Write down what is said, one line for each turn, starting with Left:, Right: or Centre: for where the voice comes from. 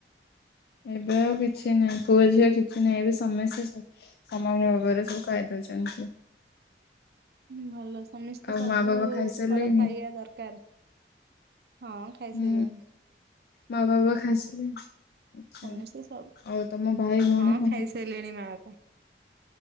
Left: ଏବେ ଆଉ କିଛି ନାହିଁ ପୁଅ ଝିଅ କିଛି ନାହିଁ ଏବେ ସମସ୍ତେ ସମା ସାମାନ୍ୟ ଭାବରେ ସବୁ ଖାଇଦଉଛନ୍ତି।
Right: ଭଲ ସମସ୍ତେ
Left: ଆଉ
Right: ସବୁ
Left: ମା ବାବା ଖାଇସାରିଲେଣି
Right: ଫଳ ଖାଇବା ଦରକାର, ହଁ। ଖାଇସାଇଲେନି।
Left: ହୁଁ ମା ବାବା ଖାଇସାରିଲେଣି?
Right: ସମସ୍ତେ ସବୁ
Left: ଆଉ ତମ ଭାଇ ଭଉଣୀ
Right: ହଁ
Left: ତମ
Right: ଖାଇସାରିଲେଣି ମା ବାପା